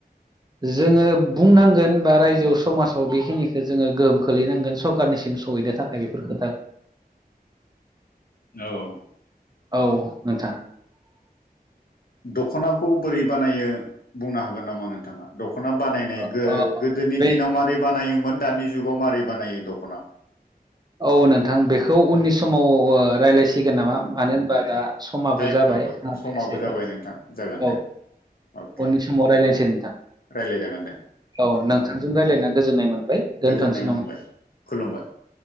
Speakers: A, on the right; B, on the left.
A: जोङो बुंनांगोन बा रायजोआव समाजाव बेखिनिखौ जोङो गोहोम खोलैनांगोन सरखारनिसिम, सहैनो थाखाय बेफोर खोथा
B: <inaudible> औ
A: औ नोंथा
B: दख'नाखौ बोरै बानायो। बुंनो हागोन नामा? नोंथाङा दख'ना बानायनाय
A: अ
B: गो- गोदोनि
A: बे
B: दिनाव मारै बानायोमोन दानि जुग गमारि बानायो दख'नाखौ
A: औ नोंथां बेखौ उननि समाव रायज्लायसिगोन नामा? मानो होनबा दा। समाबो
B: टाइमाबो
A: जाबायसे
B: समाबो जाबाय
A: आ
B: नोंथां
A: <unintelligible>
B: जागोन
A: औ।
B: दे अके
A: उननि समाव रायलायनिसै नोंथां।
B: रायज्लाय जागोन दे
A: औ
B: अके
A: नोंथांजों रायलायना गोजोननाय मोनबाय दोनथ'नोसै
B: गोजोननाय
A: <unintelligible>
B: मोनबाय खुलुमबाय,